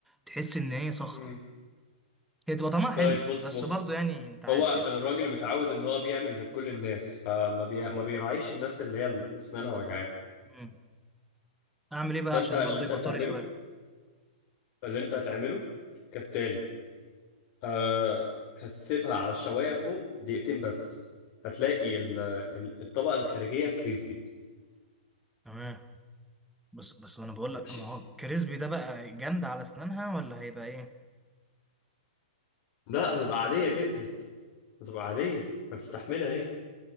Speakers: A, in the centre; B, on the left.
A: تحس ان هي صخره
B: امم
A: هي تبقى طعمها حلو
B: طيب بص
A: بس
B: بص
A: برضو يعني انت عارف
B: هو عشان
A: يعني
B: الراجل متعود ان هو بيعمل لكل الناس فما بي... ما بيراعيش الناس اللي هي اسنانها وجعاها
A: مم. اعمل ايه بقى
B: فانت
A: عشان
B: اللي
A: برضو
B: انت
A: يبقى
B: هتعمله
A: طري شويه
B: اللي انت هتعمله كالتالي أه هتسيبها على الشواية فوق دقيقتين بس هتلاقي ال- ال- الطبقة الخارجية كريسبي
A: تمام بس بس انا بقول
B: ماشي
A: لك ما هو الكريسبي ده بقى جامد على اسنانها ولا هيبقى ايه
B: لا هتبقى عادية جدا هتبقى عادية هتستحملها ايه